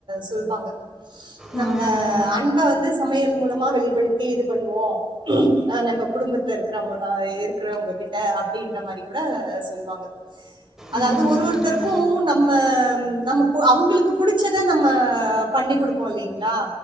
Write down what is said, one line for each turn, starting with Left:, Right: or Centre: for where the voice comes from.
Right: சொல்வாங்க நம்ப
Centre: ம்
Right: அன்ப வந்து சமையல் மூலம் சும்மா வெளிப்படுத்தி இது பண்ணுவோம் நம்ப குடும்பத்துல இருக்கும்போ ஆஹ இருக்குறவங்க கிட்ட அப்படின்ற மாதிரி கூட சொல்லுவாங்க அதாவது
Centre: ம் ஆமாம்
Right: ஒரு ஒருத்தருக்கும் நம்ம நம் அவுங்குளுக்கு புடுச்சத நம்ம பண்ணி கொடுப்போ இல்லிங்ளா